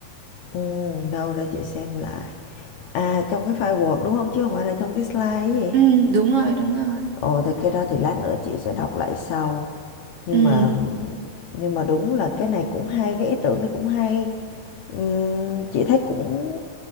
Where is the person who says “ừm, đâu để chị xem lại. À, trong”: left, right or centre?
Left